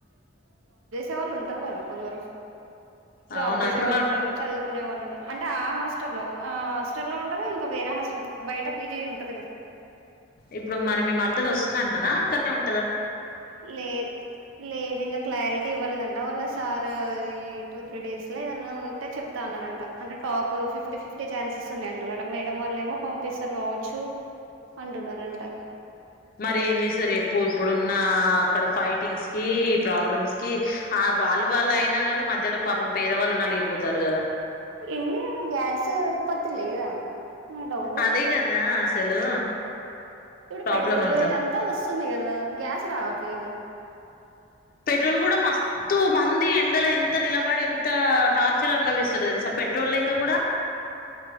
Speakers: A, on the right; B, on the left.
A: ట వాళ్ళు ఉంటరు కదా కొందరు జాబ్
B: అవునా
A: చేసే
B: ఇప్పుడు
A: వాళ్ళు
B: మరి
A: ఉంటారు చదువుకునే వాళ్ళు ఉంట అంటే ఆ హాస్ హాస్ట హాస్టల్లో ఉంటరూ ఇంకా వేరే హాస్టల్ బయట పీజీ ఉంటదిగా
B: ఇప్పుడు మరి మీ మరదలు వస్తుందంటనా అక్కడనే ఉం
A: లే లేదు ఇంకా క్లారి టి ఇవ్వలేదంట వాళ్ళ సార్ ఈ టూ త్రీ డేస్ లో ఏదన్నా ఉంటే చెప్తా అన్నారంట అంటే టాకు ఫిఫ్టీ ఫిఫ్టీ ఛాన్సెస్ ఉన్నాయి అంటారట మేడం వాళ్ళ ఏమో పంపిస్తారు కావచ్చు అంటున్నరంట
B: మరి ఏం చేస్తారు చెప్పు ఇప్పుడున్న అక్కడ ఫైటింగ్స్ కి ప్రాబ్లమ్స్ కి ఆ వాళ్ళు వాళ్ళు అయినా గాని మధ్యలో పాపం పేదవాళ్ళు నలిగిపోతారు కదా
A: ఇండియాలో గ్యాస్ ఉత్పత్తి లేదా నా డౌట్
B: అదే కదా అసలు
A: ఇప్పుడు
B: ప్రాబ్లం
A: పెట్రోల్
B: అంతా
A: ఇదంతా వస్తుంది కదా గ్యాస్ రావట్లేద
B: పెట్రోల్ కూడా మస్తు మంది ఎండలు ఎం త నిలబడి ఎంత టార్చర్ అనుభవిస్తురు తెలుసా పెట్రోల్ లేక కూడ